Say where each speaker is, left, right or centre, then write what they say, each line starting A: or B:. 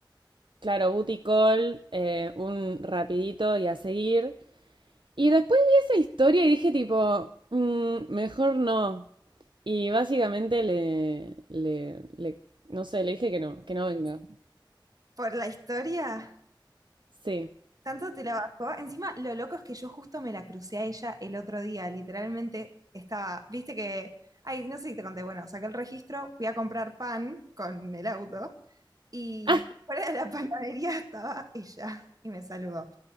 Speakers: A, on the right; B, on the right.
A: claro, booty call, eh, un rapidito y a seguir. Y después vi esa historia y dije tipo, "Mm, mejor no. Y básicamente le, le, le- no sé, le dije que no, que no venga.
B: por la historia.
A: Sí.
B: Tanto te la bajó. Encima, lo loco es que yo justo me la crucé a ella el otro día. Literalmente estaba, viste que, ay, no sé si te conté, bueno, saqué el registro, fui a comprar pan con el auto y
A: Ah,
B: fuera de la panadería estaba ella y me saludó.